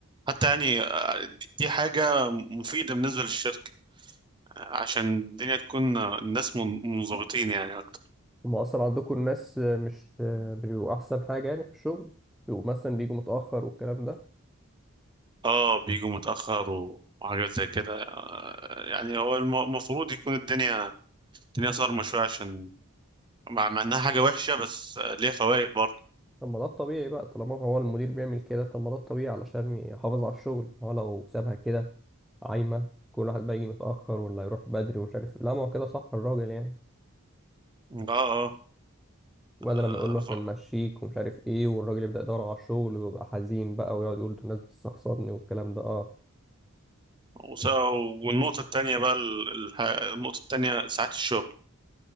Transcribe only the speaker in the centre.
هما اصلا عندكم الناس مش مش بيبقوا احسن حاجة يعني في الشغل بيبقوا مثلا بيجوا متأخر والكلام ده
طب ما ده الطبيعي بقى طالما هو المدير بيعمل كده طب ما ده الطبيعي علشان يحافظ على الشغل ما هو لو سابها كده عايمة كل واحد بقى يجي متأخر ولا يروح بدري ومش عارف لا ما هو كده صح الراجل يعني
وبدل
لما يقول له احنا
نمشيك ومش عارف ايه والراجل يبدأ يدور على الشغل ويبقى حزين بقى ويقعد يقول ده الناس بتستقصدني والكلام ده اه